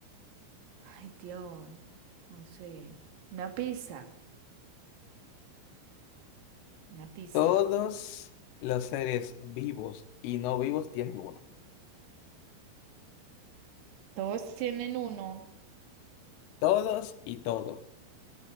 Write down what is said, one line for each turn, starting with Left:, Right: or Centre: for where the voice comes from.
Right: Ay, Dios, no sé. Una pista, una pista.
Left: Todos los seres vivos y no vivos tienen uno.
Right: Todos tienen uno.
Left: Todos y todo.